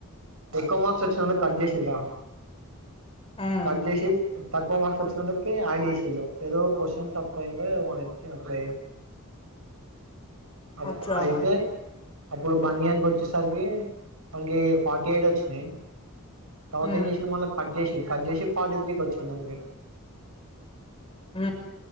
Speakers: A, on the right; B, on the left.
A: ఎక్కువ మర్క్స్ చ్చిన వాళ్ళకి కట్ చేసిండు రా
B: ఉమ్
A: కట్ చేసి తక్కువ మార్క్స్ వచ్చిన వాళ్ళకి ఆడ్ చేసిళ్లు ఏదో క్వశ్చన్ తప్పు అయిందో అప్పుడ అబ్
B: అచ్చా
A: అయితే అప్పుడు బన్నీ గానికి వచ్చేసరికి వానికి ఫార్టీ ఎయిట్ వచ్చినాయి తర్వాత
B: ఉమ్
A: ఎం చేసిండ్రు మళ్ళా కట్ చేసిన్రు కట్ చేసి ఫార్టీ త్రీకి వచ్చింది వానికి
B: ఉ